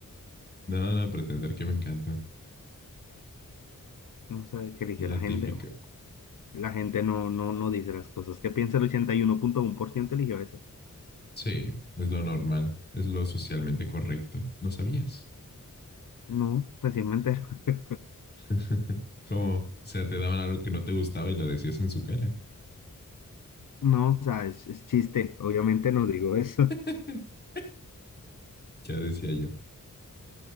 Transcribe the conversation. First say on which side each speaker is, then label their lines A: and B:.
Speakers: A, on the left; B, on the left.
A: No, no, pretender que me encanta.
B: No sé qué eligió
A: La
B: la gente.
A: típica.
B: La gente no, no, no dice las cosas que piensa. El ochenta y uno punto uno por ciento eligió eso.
A: Sí, es lo normal. Es lo socialmente correcto. ¿No sabías?
B: No, recién me entero. <laughs>
A: <laughs> ¿Cómo? O sea, te daban algo que no te gustaba y lo decías en su cara.
B: No, o sea, es, es chiste. Obviamente no digo eso.
A: <laughs> Ya decía yo.